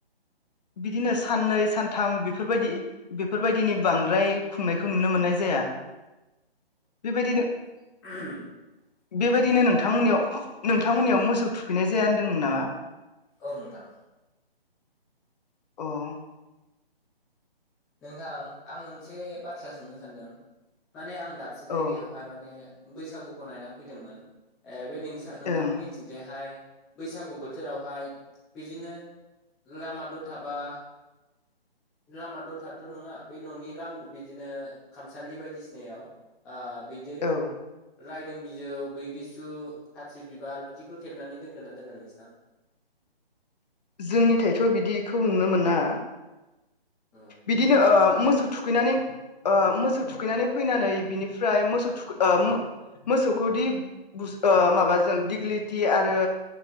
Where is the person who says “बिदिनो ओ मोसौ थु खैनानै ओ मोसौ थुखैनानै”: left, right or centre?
Left